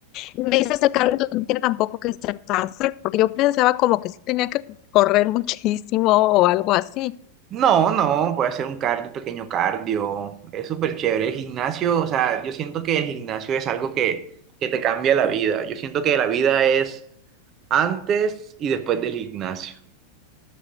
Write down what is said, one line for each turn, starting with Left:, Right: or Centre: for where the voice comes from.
Left: Me dices el cardio entonces no tiene tampoco que ser tan porque yo pensaba como que sí tenía que correr muchísimo o algo así.
Right: No, no, puede hacer un cardio, pequeño cardio. Es súper chévere. El gimnasio, o sea, yo siento que el gimnasio es algo que, que te cambia la vida. Yo siento que la vida es antes y después del gimnasio.